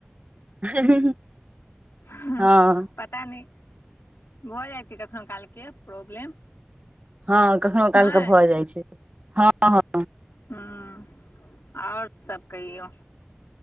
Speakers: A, on the right; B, on the left.
A: <unintelligible>
B: हा
A: हँ
B: पता नय भऽ जाइ छै कखनहु काल के प्रॉब्लम
A: हँ कखनो काल
B: नहि
A: के भऽ जाइ छै- हँ हँ
B: ह आओर सब कहियौ